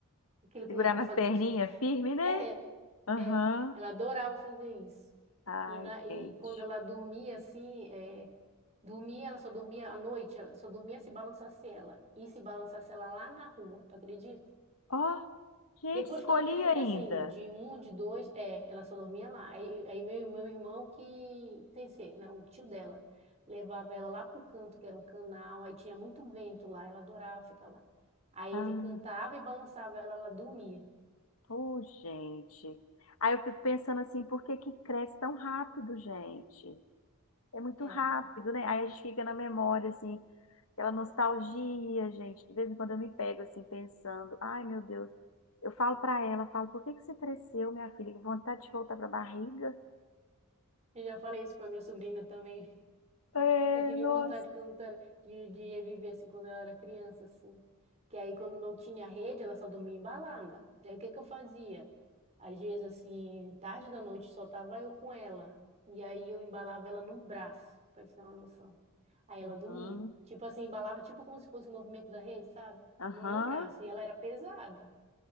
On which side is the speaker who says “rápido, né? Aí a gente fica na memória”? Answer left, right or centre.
Left